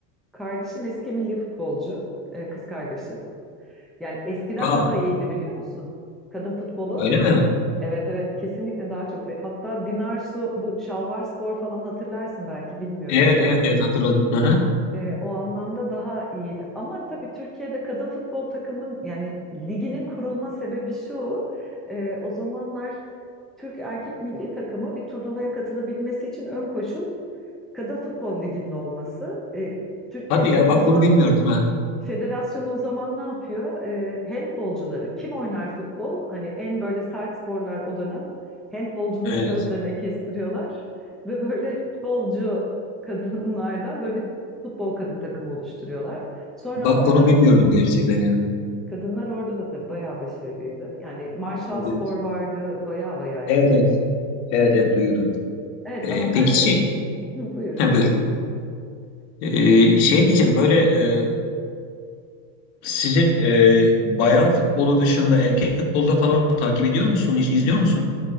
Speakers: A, in the centre; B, on the left.
A: Kardeşim eski milli futbolcu, e, kız kardeşim. Yani eskiden
B: Aa,
A: daha iyiydi biliyor musun? Kadın futbolu
B: öyle mi?
A: evet evet kesinlikle daha çok. Hatta Dinarsu bu Spor falan hatırlarsın belki bilmiyorum
B: Evet
A: da
B: evet evet hatırladım. Hı hı.
A: e, o anlamda daha iyiydi. Ama tabii Türkiye'de kadın futbol takımın yani liginin kurulma sebebi şu. e, o zamanlar Türk erkek milli takımı bir turnuvaya katılabilmesi için ön koşul kadın futbol liginin olması. E, Türkiye'de
B: Hadi ya
A: o
B: bak
A: zaman
B: bunu bilmiyordum ha.
A: Federasyon o zaman ne yapıyor? Ee, handbolcuları kim oynar futbol? Hani en böyle sert sporlar o dönem. Handbolcuları
B: Evet.
A: gözlerine kestiriyorlar ve böyle futbolcu kadınlardan böyle bir futbol kadın takımı oluşturuyorlar. Sonra
B: Bak
A: ama orada
B: bunu bilmiyordum gerçekten ya.
A: kadınlar orada da tabii bayağı başarılıydı. Yani Marshall
B: Evet
A: Spor vardı, bayağı bayağı
B: evet
A: iyiydi.
B: evet evet, evet duyuyordum.
A: Evet
B: Ee,
A: ama
B: peki
A: ben
B: şey
A: de hı, buyur.
B: ha, buyur. Ee, şey diyeceğim böyle e, sizin e, bayan futbolu dışında erkek futbolda falan takip ediyor musun? Hiç izliyor musun?